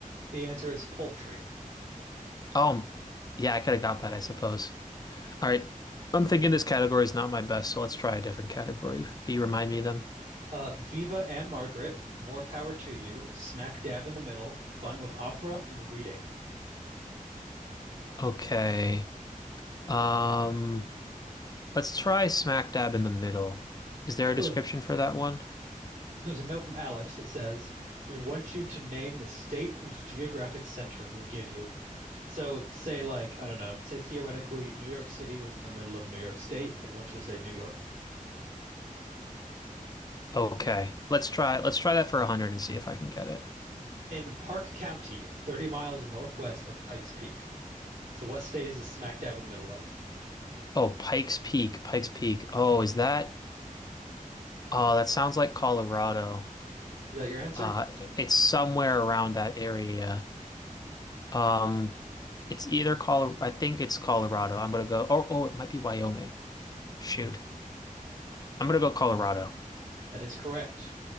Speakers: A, on the right; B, on the left.
A: The answer is poultry.
B: Oh, yeah, I could have got that, I suppose. All right. I'm thinking this category is not my best, so let's try a different category. Can you remind me of them?
A: Uh, Viva and Margaret, more power to you. Smack dab in the middle. Fun with opera and reading.
B: Okay. Um, let's try smack dab in the middle. Is there a description
A: Ugh.
B: for that one?
A: There's a note from Alex that says, "We want you to name the state whose geographic center will give you." So say like, I don't know, say theoretically New York City was in the middle of New York State, I'd want you to say New York.
B: Okay. Let's try let's try that for 100 and see if I can get it.
A: In Park County, 30 miles northwest of Pikes Peak. So what state is this smack dab in the middle of?
B: Oh, Pikes Peak, Pikes Peak. Oh, is that? Oh, that sounds like Colorado.
A: Is that your answer?
B: Uh, it's somewhere around that area. Um, It's either Colorado. I think it's Colorado. I'm gonna go. Or oh, it might be Wyoming. Shoot, I'm gonna go Colorado.
A: That is correct.